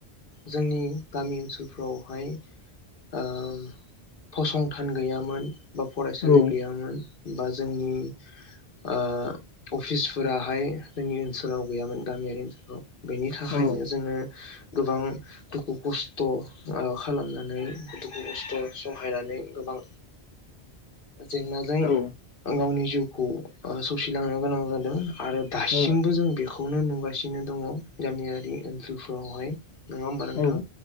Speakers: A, on the left; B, on the left.
A: जोंनि गामि ओनसोलफ्रावहाय ओ फसंथान गैयामोन बा फरायसालि
B: औ
A: गैयामोन बा जोंनि ओ अफिसफोराहाय जोंनि ओनसोलाव गैयामोन गामियारि ओनसोलफ्राव बेनि थाखायनो
B: औ
A: जोङो गोबां दुखु खस्थ' ओ खालामनानै दुखु खस्थ सहायनानै गोबां जेंनाजों
B: औ
A: गावनि जिउखौ सौसिलांनो गोनां जादों। आरो दासिमबो
B: ओ
A: जों बेखौ खौनो नुगासिनो दङ गामियारि ओनसोलफोराव हाय। नङा होमबा नोंथां
B: औ